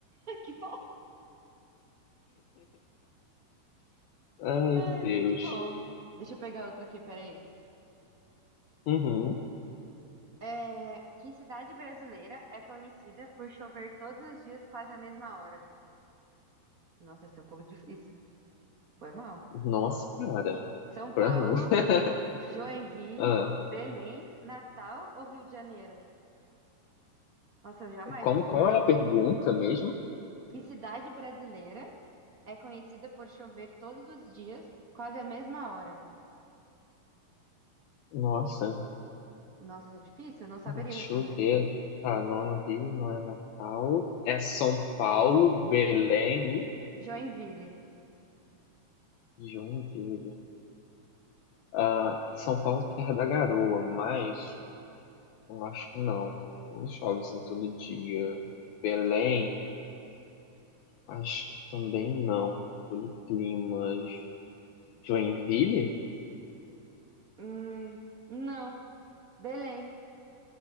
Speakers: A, on the right (about 60°); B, on the left (about 75°).
A: <laughs> Que bom.
B: Ai,
A: Ai,
B: Deus.
A: muito bom. Deixa eu pegar outra aqui, peraí.
B: Uhum.
A: É, que cidade brasileira é conhecida por chover todos os dias quase à mesma hora? Nossa, essa é um pouco difícil. Foi mal.
B: Nossa, cara.
A: São Paulo,
B: Pra- <laughs>
A: Joinville,
B: Ah,
A: Belém, Natal ou Rio de Janeiro? Nossa, eu jamais
B: como,
A: ia acertar.
B: qual é a pergunta mesmo?
A: Que cidade brasileira é conhecida por chover todos os dias quase à mesma hora?
B: Nossa,
A: Nossa, isso é difícil, eu não saberia
B: deixa
A: responder.
B: eu ver. Tá, não é o Rio, não é Natal. É São Paulo, Belém
A: Joinville.
B: e Joinville. Ah, São Paulo, é terra da garoa, mas eu acho que não. Não chove assim todo dia. Belém. Acho que também não. Pelo clima. Joinville?
A: Hum, não. Belém.